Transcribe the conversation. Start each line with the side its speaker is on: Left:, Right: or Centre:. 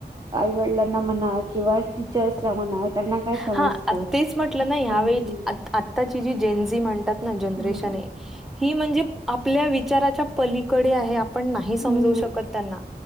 Right: आईवडिलांना म्हणा किंवा टीचर्सला म्हणा त्यांना काय समजत
Centre: हा तेच म्हटलं ना ह्यावेळी
Right: हम्म हम्म
Centre: आताची जी जेनस जी म्हणतात जनरेश
Right: हम्म
Centre: आहे ही म्हणजे आपल्या विचाराच्या पलीकडे आहे पण नाही समजवू
Right: हम्म
Centre: शकत त्यांना